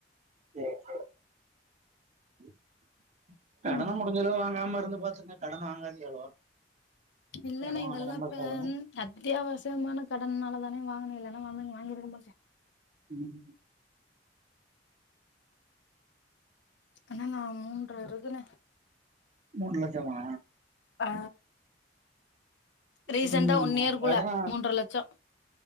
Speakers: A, on the right (about 40°); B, on the left (about 80°).
A: சேர் செரி <inaudible> கடனா
B: ம்
A: முடிச் நீங்க லோ வாங்காம இருந்துபாத்துங்க கடன் வாங்காதீங்க அவ்ளோவா
B: இல்லண்ணே
A: கடன்
B: இதெல்லா
A: வாங்கமா
B: இப்ப
A: பாருங்க
B: அத்தியாவசியமான கடன்னால தானே வாங்கன இல்லனா <unintelligible> வாங்கிருக்க மாட்டே
A: ம்
B: கடனா மூன்ற இருக்குனே
A: மூண் லட்சமா
B: அ ரீசன்டா
A: ம்
B: ஒன் இயர்க்குள்ள
A: கடன
B: மூன்றர லட்சோ